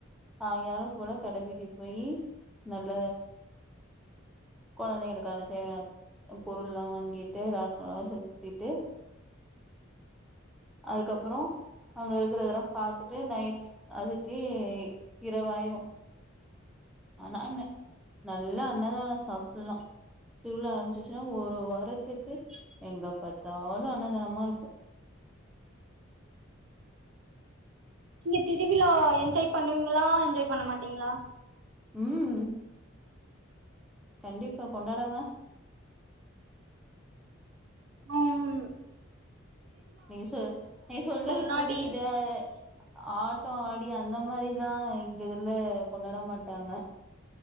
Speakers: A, in the centre; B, on the right.
A: சாயங்காலொ போல கடவீதி போயி நல்ல கொழந்தைங்களுக்கான தேவையான பொருள் எல்லா வாங்கிட்டு ராட்டணொல்லா சுத்திட்டு அதுக்கப்பறொ அங்க இருக்கிறதெல்லா பாத்துட்டு நைட் அதுக்கு இரவாயிரு ஆனா என்ன நல்ல அன்னதான ச சாப்புடுலா திருவிழா ஆரம்பிச்சிச்சுன்னா ஒரு வாரத்துக்கு எங்க பாத்தாலு அன்னதானம் மாருக்கு
B: நீங்க திருவிழா என்ஜாய் பண்ணுவீங்களா என்ஜாய் பண்ண மாட்டீங்களா
A: உம் கண்டிப்பா கொண்டாடாம
B: உஹம்
A: நீ சொ நீ சொல்றது
B: முன்னாடி
A: புரியது ஆ ஆட்டோ ஆடி அந்த மாரிலா எங்க இதுல கொண்டாட மாட்டாங்க